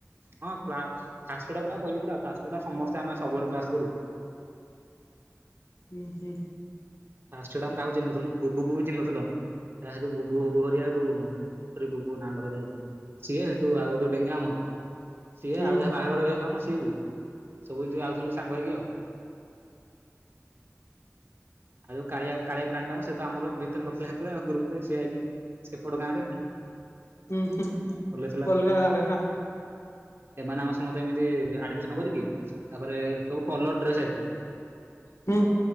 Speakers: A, on the right; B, on the left.
A: ହଁ କ୍ଲା ଫାଷ୍ଟ ଇଅର୍ ଟା ପରା କହିଲି ପରା ଫାଷ୍ଟ ଇଅର୍ ଟା ସମେସ୍ତେ ଆମେ ସବୁବେଳେ କ୍ଲାସ୍ କରୁ।
B: ଉ ହୁଁ।
A: ଫାଷ୍ଟ ଇଅର ଟା ଆମେ କାହାକୁ ଚିହ୍ନଥିଲୁ। ଡୁଡୁକୁ ବି ଚିହ୍ନିନଥିଲୁ ଆମେ। ତା ପରେ ସେଠୁ ଡୁଡୁ ବୁବୁ ହେରିକା ହେଠୁ <inaudible> ସିଏ ହେଠୁ ଆଉ ଯୋଉ ଡେଙ୍ଗା ଆମର। ସିଏ
B: ହୁଁ
A: ଆଉ ଯାହା ବାହାଘର ଏବେ ହେଲା ମ ସିଏ ବି, ସବୁ ଯେ ଆାଉଥିଲୁ ସାଙ୍ଗ ହେଇକି ଆଉ। ଆଉ ଜୋଉ କାଳିଆ କାଳିଆ ପ୍ରାଣୀ ଟା ମ ସେତ ଆମର ଭିତରେ ନଥିଲା ହେତେବେଳେ ଆଉ ଗ୍ରୁପରେ ସିଏ ଆଇକି ସେପଟ ଗାଁରେ କଣ <inaudible>
B: ହୁଁ ହୁଁ
A: ହୁଁ
B: ଅଲଗା ଗାଁରେ ନା?
A: ଏମାନେ ଆମ ସ୍କୁ ସମତେ ଏମତି ଆଡିମିଶନ କରିକି, ତାପରେ ସବୁ କଲର ଡ୍ରେସ ଯାଇଥିଲୁ।
B: ହୁଁ